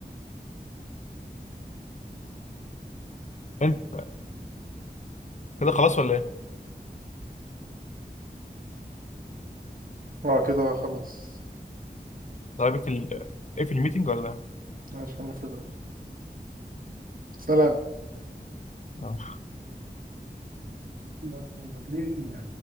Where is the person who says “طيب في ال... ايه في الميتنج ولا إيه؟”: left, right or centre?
Left